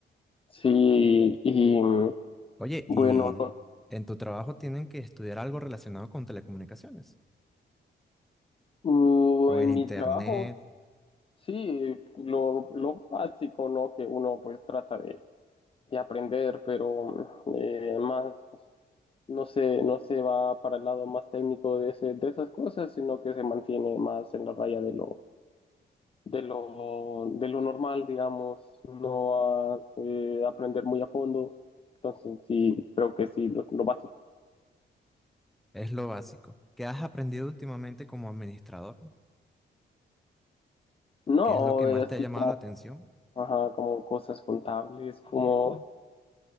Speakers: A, on the left; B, in the centre.
A: sí, y
B: Oye,
A: bueno,
B: ¿y en tu trabajo tienen que estudiar algo relacionado con telecomunicaciones?
A: uh,
B: Con
A: en
B: el internet,
A: mi trabajo, sí, lo, lo básico, ¿no? Que uno pues trata de, de aprender, pero eh, más. no se, no se va para el lado más técnico de, ese- de esas cosas, sino que se mantiene más en la raya de lo, de lo, de lo normal, digamos, no va a eh, aprender muy a fondo. Entonces, sí, creo que sí, lo, lo básico.
B: es lo básico. ¿Qué has aprendido últimamente como administrador?
A: No,
B: ¿Qué es lo que más
A: eh, así
B: te ha llamado
A: como,
B: la atención?
A: ajá, como cosas contables, como